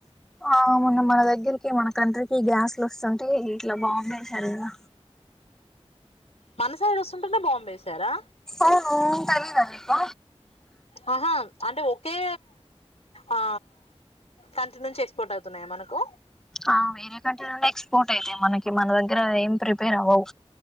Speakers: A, in the centre; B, on the left.
A: ఆ మొన్న మన దగ్గరికి మన కంట్రీకి గ్యాస్లు వస్తుంటే ఇట్లా బాగుంటే సరిగా
B: మన సైడ్ వస్తుంటంటే బాంబ్ వేశారా
A: అవునుతెలిద నప్ప
B: ఆహా అంటే ఒకే ఆ కంట్రీ నుంచి ఎక్స్పోర్ట్ అవుతున్నాయా మనకు
A: ఆ వేరే కంట నుండి ఎక్స్పోర్ట్ అయితాయి మనకి మన దగ్గరం ప్రిపేర్ అవ్వవు